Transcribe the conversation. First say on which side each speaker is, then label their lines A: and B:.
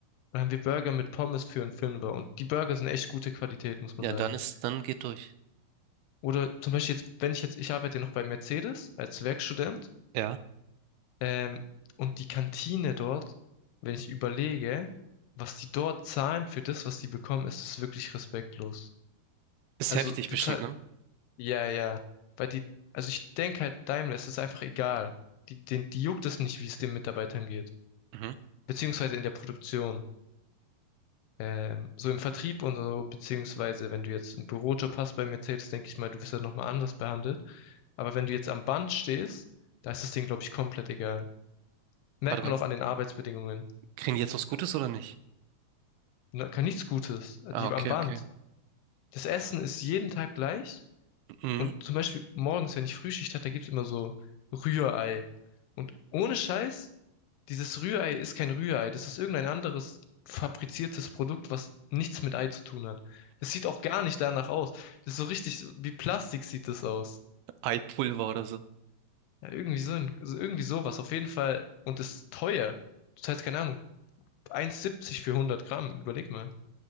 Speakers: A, on the left (about 80°); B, on the right (about 80°).
A: dann haben wir Burger mit Pommes für einen Fünfer. Und die Burger sind echt gute Qualität, muss man
B: Ja,
A: sagen.
B: dann ist, dann geht durch.
A: Oder zum Beispiel jetzt, wenn ich jetzt, ich arbeite ja noch bei Mercedes als Werkstudent.
B: Ja.
A: Ähm, und die Kantine dort, wenn ich überlege, was die dort zahlen für das, was die bekommen, ist es wirklich respektlos.
B: Ist
A: Also
B: heftig
A: du
B: bestimmt,
A: zahlst,
B: ne?
A: ja, ja, weil die, also ich denke halt, Daimler, es ist einfach egal. Die, den, die juckt es nicht, wie es den Mitarbeitern geht.
B: Mhm.
A: Beziehungsweise in der Produktion. Ähm, so im Vertrieb und so, beziehungsweise wenn du jetzt einen Bürojob hast bei Mercedes, denke ich mal, du wirst halt nochmal anders behandelt. Aber wenn du jetzt am Band stehst, da ist das Ding, glaube ich, komplett egal. Merkt
B: Warte
A: man
B: mal,
A: auch an den Arbeitsbedingungen.
B: kriegen die jetzt was Gutes oder nicht?
A: Na, Kann nichts Gutes, äh,
B: Ah,
A: die
B: okay,
A: am Band.
B: okay.
A: Das Essen ist jeden Tag gleich.
B: Mhm.
A: Und zum Beispiel morgens, wenn ich Frühschicht hatte, da gibt's immer so Rührei. Und ohne Scheiß, dieses Rührei ist kein Rührei. Das ist irgendein anderes fabriziertes Produkt, was nichts mit Ei zu tun hat. Das sieht auch gar nicht danach aus. Das ist so richtig, so- wie Plastik sieht das aus.
B: Eipulver oder so.
A: Ja, irgendwie so, ein- so- irgendwie sowas, auf jeden Fall. Und ist teuer. Du zahlst, keine Ahnung, 1,70 für 100 Gramm. Überleg mal.